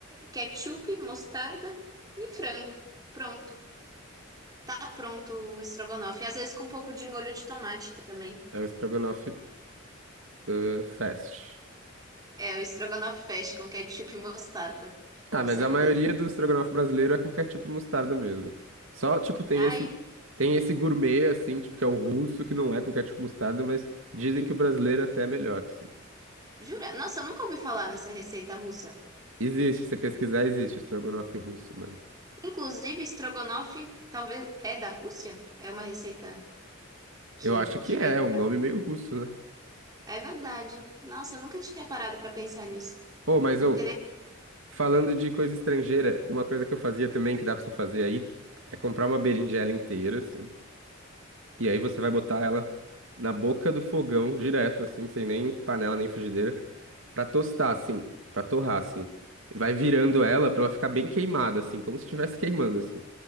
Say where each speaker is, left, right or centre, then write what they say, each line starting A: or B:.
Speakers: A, on the right; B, on the right.
A: ketchup, mostarda e frango. Pronto. Tá pronto o estrogonofe. Às vezes com um pouco de molho de tomate também.
B: É o estrogonofe eh, fast.
A: É, o estrogonofe fecha com ketchup e mostarda. Com
B: Ah, mas
A: certeza.
B: a maioria do estrogonofe brasileiro é com ketchup e mostarda mesmo. Só, tipo, tem
A: Ai,
B: esse, tem esse gourmet, assim, tipo, que é o russo, que não é com ketchup e mostarda, mas dizem que o brasileiro até é melhor, assim.
A: jura? Nossa, eu nunca ouvi falar nessa receita russa.
B: Existe, se pesquisar, existe estrogonofe russo, mano.
A: Inclusive, estrogonofe talvez é da Rússia? É uma receita que,
B: Eu acho
A: que
B: que é,
A: vem
B: é um
A: da...
B: nome meio russo, né?
A: É verdade. Nossa, eu nunca tinha parado pra pensar nisso.
B: Ô, mas,
A: Interessante.
B: ô, falando de coisa estrangeira, uma coisa que eu fazia também, que dá pra você fazer aí, é comprar uma berinjela inteira, assim. E aí você vai botar ela na boca do fogão direto, assim, sem nem panela nem frigideira, pra tostar, assim, pra torrar, assim. E Vai virando ela pra ela ficar bem queimada, assim, como se estivesse queimando, assim.